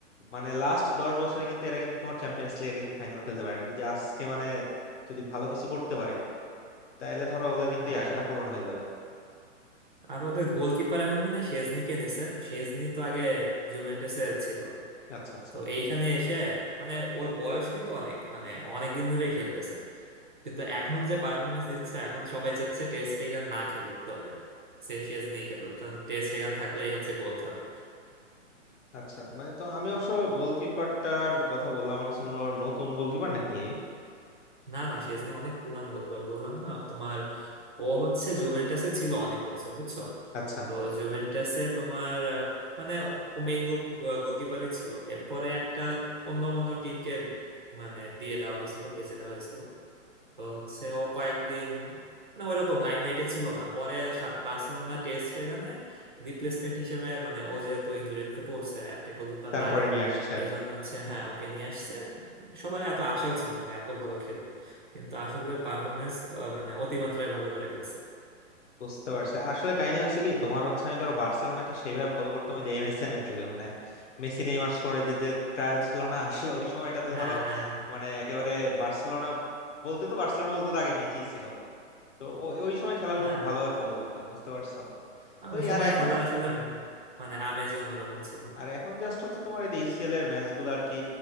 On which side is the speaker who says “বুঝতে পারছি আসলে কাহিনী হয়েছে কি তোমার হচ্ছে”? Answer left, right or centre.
Left